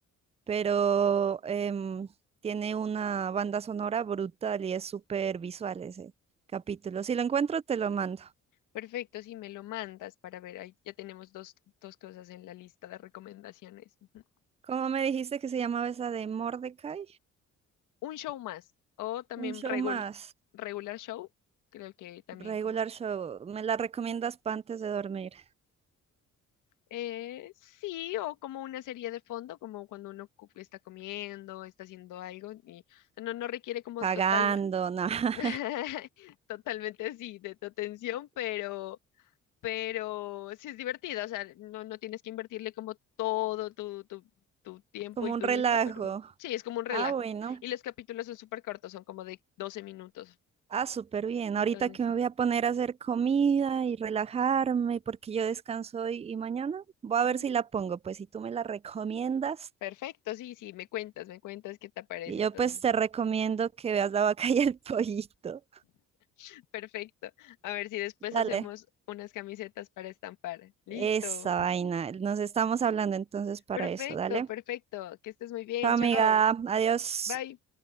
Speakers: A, on the right (about 20°); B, on the left (about 85°).
A: pero em, tiene una banda sonora brutal y es súper visual ese capítulo. Si lo encuentro, te lo mando.
B: Perfecto, si me lo mandas para ver, ahí ya tenemos dos, dos cosas en la lista de recomendaciones. Ujú.
A: ¿Cómo me dijiste que se llamaba esa de Mordecai?
B: Un show más, o también
A: Un show
B: regul-
A: más,
B: regular show, creo que también
A: regular
B: como...
A: show. ¿Me la recomiendas para antes de dormir?
B: eh, sí, o como una serie de fondo, como cuando uno cu- está comiendo, está haciendo algo, y no, no requiere como
A: Cagando,
B: total,
A: nada,
B: <laughs> totalmente así de tu atención, pero... pero sí es divertida, o sea, no, no tienes que invertirle como todo tu, tu, tu
A: <laughs>
B: tiempo
A: como
B: y tu
A: un relajo.
B: vista, pero sí, es como un relajo.
A: Ah, bueno.
B: Y los capítulos son súper cortos, son como de doce minutos.
A: Ah, súper bien.
B: Entonces,
A: Ahorita que me voy a poner a hacer comida y relajarme porque yo descanso hoy y mañana. Voy a
B: ujú.
A: ver si la pongo, pues si tú me la recomiendas.
B: perfecto, sí, sí, me cuentas, me cuentas qué te parece
A: Y yo
B: entonces.
A: pues te recomiendo que veas la vaca y el <laughs> pollito.
B: <laughs> Perfecto. A ver si después
A: Dale.
B: hacemos unas camisetas para estampar. Listo.
A: Esa vaina. Nos estamos hablando entonces para
B: Perfecto,
A: eso. Dale.
B: perfecto. Que estés muy bien.
A: Chao,
B: Chao.
A: amiga. Adiós.
B: Bye.